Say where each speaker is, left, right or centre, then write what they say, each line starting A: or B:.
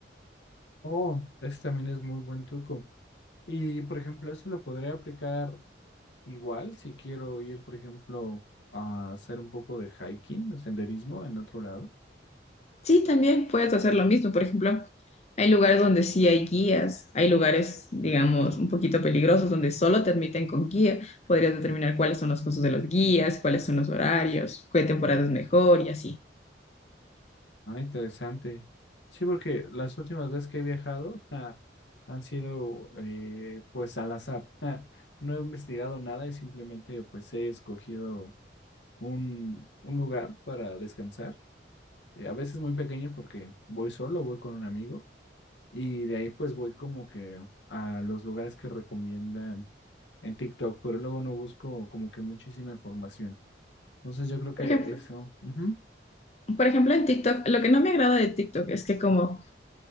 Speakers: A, on the left; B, on the left.
A: Oh, ese también es muy buen truco. Y, por ejemplo, eso lo podría aplicar igual si quiero ir, por ejemplo, a hacer un poco de hiking o senderismo en otro lado.
B: Sí, también puedes hacer lo mismo. Por ejemplo, hay lugares donde sí hay guías, hay lugares, digamos, un poquito peligrosos donde solo te admiten con guía. Podrías determinar cuáles son los costos de los guías, cuáles son los horarios, qué temporada es mejor y así.
A: Ah, interesante. Sí, porque las últimas veces que he viajado ah, han sido eh, pues al azar. Ah, no he investigado nada y simplemente pues he escogido un, un lugar para descansar. Eh, a veces muy pequeño porque voy solo, voy con un amigo y de ahí pues voy como que a los lugares que recomiendan en TikTok, pero luego no busco como que muchísima información. Entonces yo creo que
B: Por ejemplo,
A: eso. Ujú.
B: por ejemplo, en TikTok, lo que no me agrada de TikTok es que como